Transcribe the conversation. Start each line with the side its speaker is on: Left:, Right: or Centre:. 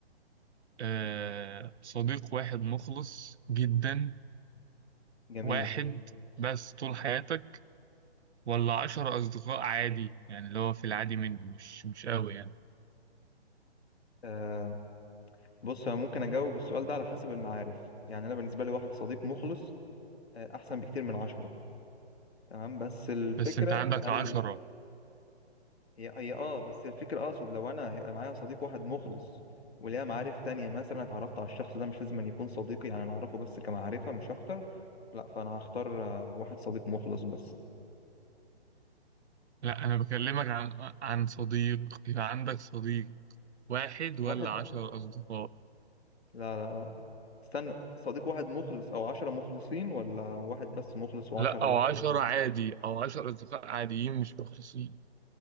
Right: آه، صديق واحد مخلص جدا
Left: جميل
Right: واحد بس طول حياتك ولا عشرة أصدقاء عادي يعني اللي هو في العادي منه مش مش قوي يعني
Left: آه بص انا ممكن اجاوب السؤال ده على حسب المعارف يعني انا بالنسبه لي واحد صديق مخلص آه، احسن بكتير من عشرة تمام بس الفكره
Right: بس أنت عندك
Left: هل
Right: عشرة
Left: هي هي اه بس الفكره اقصد لو انا هيبقى معايا صديق واحد مخلص وليها معارف تانية مثلا اتعرفت على الشخص ده مش لازم أن يكون صديقي يعني انا اعرفه بس كمعرفه مش اكتر لا فانا هختار آه، واحد صديق مخلص بس
Right: لا أنا بكلمك عن عن صديق يبقى عندك صديق واحد ولا
Left: واحد
Right: عشرة أصدقاء
Left: لا لا لا استنى صديق واحد مخلص او عشرة مخلصين ولا واحد بس مخلص وعشرة
Right: لا
Left: لا
Right: أو عشرة
Left: ولا
Right: عادي أو عشرة أصدقاء عاديين مش مخلصين